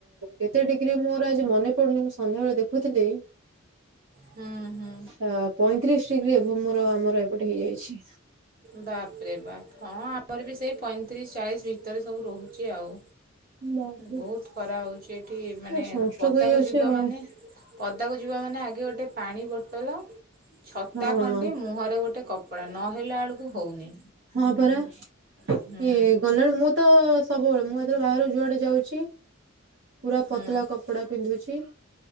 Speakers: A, on the right (about 65°); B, on the right (about 45°).
A: କେତେ ଡିଗ୍ରୀ ମୋର ଆଜି ମନେ ପଡୁନି, ମୁଁ ସନ୍ଧ୍ୟାବେଳେ ଦେଖୁଥିଲି।
B: ହୁଁ- ହୁଁ।
A: ଅଁ ପଇଁତିରିଶ ଡିଗ୍ରୀ ଏଭବ ମୋର, ଆମର ଏପଟେ ହେଇଯାଇଚି।
B: ବାପରେ ବାପ, ହଁ ଆମର ବି ସେଇ ପଇଁତିରିଶ ଚାଳିଶ ଭିତରେ ସବୁ ରହୁଛି ଆଉ।
A: ବାପରେ
B: ବହୁତ ଖରା ହଉଚି ଏଠି, ମାନେ
A: ସନଷ୍ଟ୍ରୋକ
B: ପଦାକୁ
A: ହେଇଯାଉଛି
B: ଯିବ
A: ଆଉ
B: ମାନେ ପଦାକୁ ଯିବ ମାନେ, ଆଗେ ଗୋଟେ ପାଣି ବୋଟଲ ଛତା
A: ହଁ
B: ଖଣ୍ଡେ ମୁହଁରେ ଗୋଟେ କପଡା, ନହେଲା ବେଳକୁ ହେଉନି
A: ହଁ ପରା, ଇଏ
B: ହୁଁ
A: ଗଲାଣି ମୁଁ ତ ସବୁବେଳେ, ମୁଁ ଯେତେବେଳେ ବାହାରକୁ ଯୁଆଡେ ଯାଉଚି ପୁରା ପତଳା
B: ହୁଁ
A: କପଡା ପିନ୍ଧୁଚି।